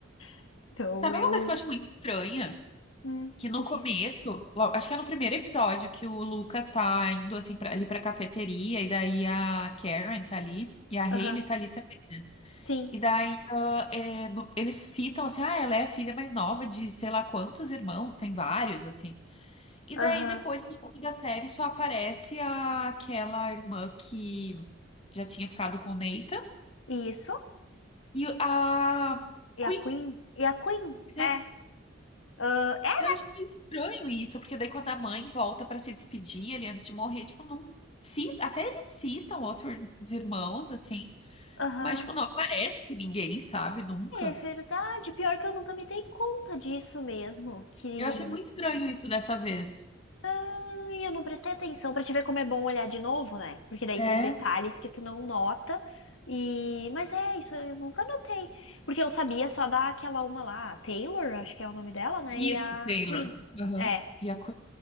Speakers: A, on the left (about 80°); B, on the left (about 30°).
A: <laughs> então
B: Sabe
A: eu,
B: uma coisa que eu acho muito estranha?
A: hum,
B: Que no
A: o
B: começo,
A: quê?
B: logo, acho que é no primeiro episódio, que o Lucas tá indo assim pra, ali pra cafeteria, e daí a Karen tá ali, e a Hailey
A: Aham,
B: tá ali também, né?
A: sim,
B: E daí ah, é, no- eles citam assim, ah, ela é a filha mais nova de sei lá quantos irmãos, tem vários, assim. E
A: aham,
B: daí depois, no longo da série, só aparece a- aquela irmã que já tinha ficado com o Nathan
A: isso,
B: e a
A: e
B: Queen,
A: a Queen, e a Queen,
B: né?
A: é, ah, é,
B: Eu acho meio estranho isso, porque daí quando a mãe volta pra se despedir ele antes de morrer, tipo, não cita, até eles citam outros irmãos, assim,
A: aham,
B: mas tipo, não aparece ninguém, sabe? Nunca.
A: É verdade. Pior que eu nunca me dei conta disso mesmo. Que.
B: Eu achei muito estranho isso dessa vez.
A: Ai, eu não prestei atenção pra te ver como é bom olhar de novo, né? Porque daí
B: É.
A: tem detalhes que tu não nota. E. Mas é, isso eu nunca notei. Porque eu sabia só daquela uma lá, a Taylor, acho que é o nome dela, né? E
B: Isso,
A: a
B: Taylor.
A: Queen.
B: Aham.
A: É.
B: E a Queen,